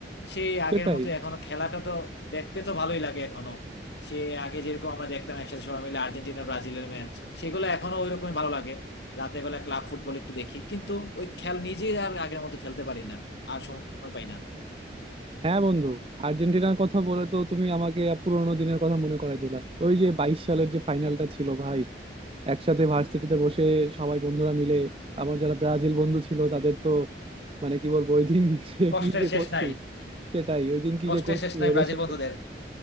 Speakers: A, on the left; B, on the right.
A: সেই আগের
B: সেটাই
A: মতো এখনো খেলাটা তো দেখতে তো ভালোই লাগে এখনো সে আগে যেরকম আমরা দেখতাম একসাথে সবাই মিলে আর্জেন্টিনা ব্রাজিলের ম্যাচ সেগুলো এখনো ওই রকমই ভালো লাগে রাতের বেলা ক্লাব ফুটবল একটু দেখি কিন্তু ওই খেল নিজে আর আগের মতো খেলতে পারি না আর সময় পাই না
B: হ্যাঁ বন্ধু আর্জেন্টিনার কথা বলে তো তুমি আমাকে পুরোনো দিনের কথা মনে করাই দিলা ওই যে বাইশ সালের যে ফাইনালটা ছিল ভাই একসাথে ভার্সিটিতে বসে সবাই বন্ধুরা মিলে আমার যারা ব্রাজিল বন্ধু ছিল তাদের তো মানে কি বলবো ওই দিন <laughs> সে
A: কষ্টের
B: কি যে
A: শেষ
B: করছি
A: নাই
B: সেটাই ওই দিন কি
A: কষ্টের
B: যে করছি
A: শেষ নাই
B: ওদের
A: ব্রাজিল
B: সাথে
A: বন্ধুদের